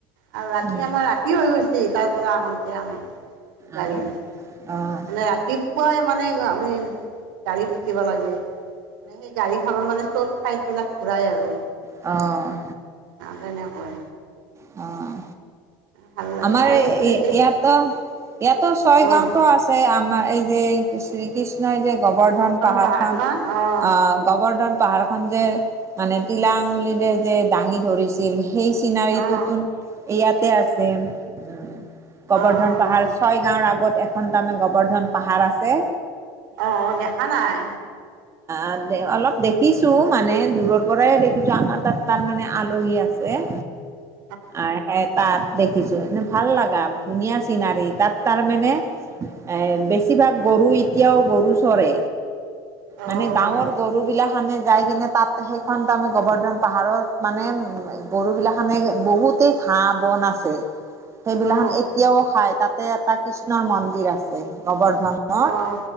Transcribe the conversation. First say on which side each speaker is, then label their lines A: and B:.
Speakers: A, on the right; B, on the right.
A: আৰু ৰাতি
B: উম,
A: আমাৰ ৰা তি হৈ গৈছে তাৰ পৰা আহোঁতে, আমি গাড়ীত
B: অ', অ',
A: মানে ৰাতি পুৱাই মানে আমি গাড়ীত উঠিব লাগে, মানে সেই গাড়ী খন মানে চ'ব চাইড বিলাক ঘূৰাই আৰু।
B: অ'।
A: আৰু তেনেকৈ
B: অ'
A: ভাল লাগে
B: আমাৰ
A: আৰু কিবা এই
B: ইয়াতো, ইয়াতো ছয় গাঁৱতো
A: অঁ
B: আছে আমাৰ এই যে শ্ৰীকৃষ্ণই যে গোবৰ্ধন পাহাৰখন,
A: পাহাৰ ন অ',
B: গোবৰ্ধন পাহাৰ খন যে মানে তিলা আঙুলিৰে যে দাঙি ধৰিছিল সেই চিনাৰীটোতো
A: অ', অ',
B: ইয়াতে আছে উম', গোবৰ্ধন
A: অ', অ',
B: পাহাৰ।
A: অ',
B: ছয় গাঁৱৰ আগত এখন তাৰ মানে গোবৰ্ধন পাহাৰ আছে।
A: অ দেখা নাই।
B: আ দে অলপ দেখিছোঁ মানে দূৰৰ পৰাই দেখিছোঁ আমাৰ তাত তাৰমানে আলহী আছে।
A: <inaudible>
B: আহ সে তাত দেখিছো এনে ভাল লাগা ধুনীয়া চিনাৰী তাত তাৰ মানে এ বেছিভাগ গৰু এতিয়াও গৰু চৰে
A: অ', অ',
B: মানে গাঁৱৰ গৰুবিলাক সানে যাই কিনে তাত সেইখন তাৰ মানে গোবৰ্ধন পাহাৰত মানে গৰু বিলাক সানে বহুতেই ঘাঁ-বন আছ ছে সেইবিলাহন
A: অ', অ',
B: এতিয়াও খাই, তাতে এটা কৃষ্ণৰ মন্দিৰ আছে গোৱৰ্ধন। নত
A: অ', অ',